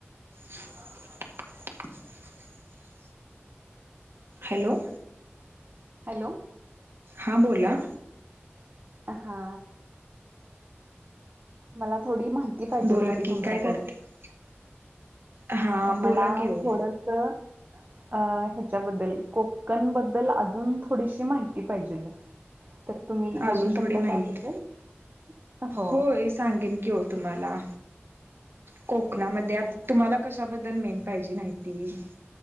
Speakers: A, on the right; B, on the right.
A: <unintelligible> हॅलोंव.
B: हैलोंव.
A: हां बोला.
B: हा, मला थोडी माहिती ती पाहिजेल
A: बोला
B: होती.
A: की
B: तुमच्याकडून
A: काय करते हां बोला
B: मला
A: की हो
B: थोडंस अ ह्याच्याबद्दल कोकण बद्दल अजून थोडीशी माहिती पाहिजेल. तर तुम्ही बोलू
A: अजून
B: शकता.
A: थोडी माहीत
B: त्याबद्दल हो
A: होय सांगेन की हो तुम्हाला. कोकणामध्ये आता
B: हा
A: तुम्हाला कशाबद्दल मेन पाहिजे माहिती.